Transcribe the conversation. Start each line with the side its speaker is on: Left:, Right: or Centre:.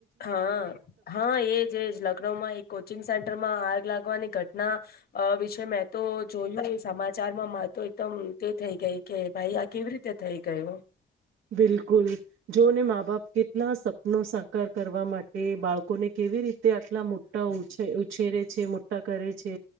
Left: હા હા! એજ એજ લખ્નઉમાં એક કોચિંગ સેન્ટરમાં આગ લાગવાની ઘટના વિશે મેં તો જોયું સમાચારમાં મા તો એકદમ તે થઇ ગઈ કે ભાઈ આ કેવી રીતે થઈ ગયો?
Right: બિલકુલ, જોને મા બાપ કેટલા સપનો સાકાર કરવા માટે બાળકોને કેવી રી તે આટલા મોટા ઉછ ઉછેરે. મોટા કરે છે,